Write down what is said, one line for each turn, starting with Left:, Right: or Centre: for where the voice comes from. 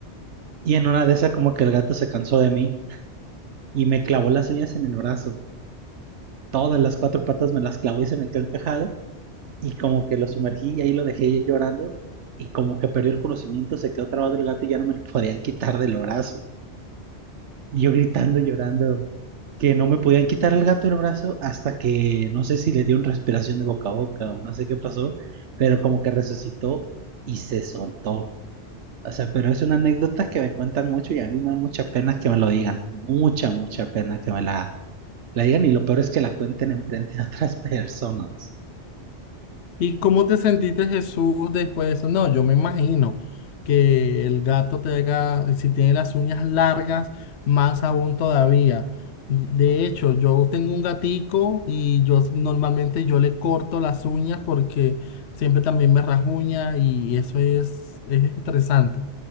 Right: y en una de esas como que el gato se cansó de mí y me clavó las uñas en el brazo. Todas las cuatro patas me las clavó y se me quedó encajado y como que lo sumergí y ahí lo dejé llorando y como que perdió el conocimiento, se quedó trabado el gato y ya no me lo podían quitar del brazo. Y yo gritando y llorando que no me podían quitar el gato del brazo hasta que no sé si le dio una respiración de boca a boca o no sé qué pasó, pero como que resucitó y se soltó. O sea, pero es una anécdota que me cuentan mucho y a mí me da mucha pena que me lo digan, mucha, mucha pena que me la la digan y lo peor es que la cuenten enfrente de otras personas.
Left: ¿Y cómo te sentiste, Jesús, después de eso? No, yo me imagino que el gato te haga, si tiene las uñas largas, más aún todavía. De hecho, yo tengo un gatico y yo s- normalmente yo le corto las uñas porque siempre también me rasguña y eso es, es estresante.